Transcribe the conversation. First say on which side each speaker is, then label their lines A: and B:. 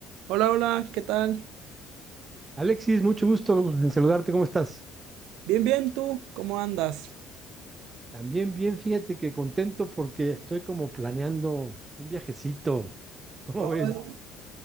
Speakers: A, on the right; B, on the right.
A: Hola, hola, ¿qué tal?
B: Alexis, mucho gusto en saludarte, ¿cómo estás?
A: Bien, bien, ¿tú? ¿Cómo andas?
B: También bien, fíjate que contento porque estoy como planeando un viajecito. <laughs> ¿Cómo
A: Hola.
B: ves?